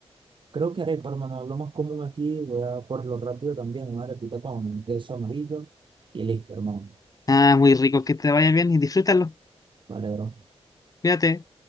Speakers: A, on the right; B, on the left.
A: Creo que arepa, hermano, lo más común aquí, voy a por lo rápido también, una arepita con queso amarillo y listo, hermano.
B: Ah, muy rico, que te vaya bien y disfrútalo.
A: Vale, bro.
B: Cuídate.